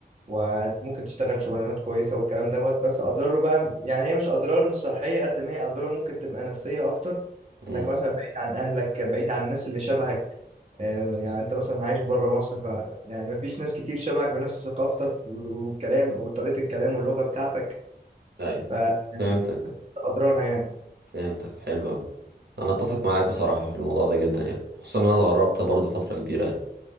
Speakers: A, on the right; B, on the right.
A: وممكن تشتغل شغلانات كويسه والكلام دوت بس اضراره بقى يعني هي مش اضرار صحيه قد ما هي اضرار ممكن تبقى نفسيه اكتر
B: امم
A: انك مثلا بعيد عن اهلك بعيد عن الناس اللي شبهك آه، يعني انت مثلا عايش بره مصر ف يعني مفيش ناس كتير شبهك بنفس ثقافتك والكلام وطريقه الكلام واللغه بتاعتك
B: ايوه
A: ف يعني
B: فهمتك
A: اضرارها يعني
B: فهمتك حلو أوي. انا اتفق معاك بصراحه في الموضوع ده جدا يعني خصوصا ان انا اتغربت برضو فتره كبيره يعني